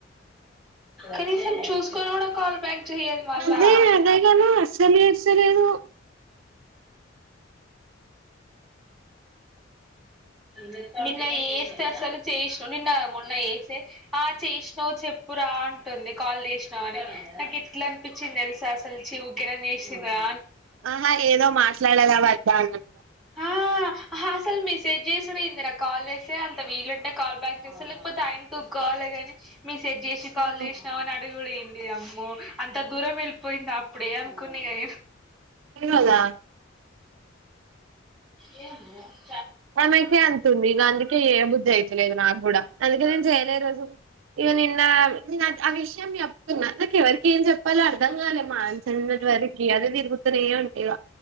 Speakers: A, in the centre; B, on the right.
A: కనీసం చూసుకొని కూడా కాల్ బ్యాక్ చెయ్యదు మళ్ళా
B: అదే అదే కథ అసలు చేస్తలేదు
A: నిన్నన్న చేస్తే అసలు చేసినావు నిన్న మొన్న చేస్తే ఆ చేసినావు్ చెప్పురా అంటుంది కాల్ చేసినావు అని నాకు ఎట్లా అనిపించింది తెలుస సల్ చివుకెనా చేసిరా
B: ఆహా ఏదో మాట్లాడాలా వద్దా అన్నట్
A: ఆ అసలు మెసేజ్ చేసిడు ఎందిరా కాల్ చేస్తే అంత వీలుంటే కాల్ బ్యాక్ చేస్తా లేకపోతే ఆయన తూకోవాలి గాని మెస్ సెట్ చేసి కాల్
B: ఆ
A: చేసినా అని అడుగుంది లే అమ్మో అంత దూరం వెళ్ళిపోయింది అప్పుడే అనుకునే నీ
B: కాదా
A: ఏ
B: ఆమెకే అంతతుంది ఇక అందుకే ఏ బుద్ధి అయితలేదు నా కూడా అందుకే నేను చేయలే రోజు ఇక నిన్న ఆ విషయం చెప్తున్నా ఎవరిక ఏం చెప్పాలో అర్థం కాల మాస వరకి అది తిరుగుతుర ఉండేవా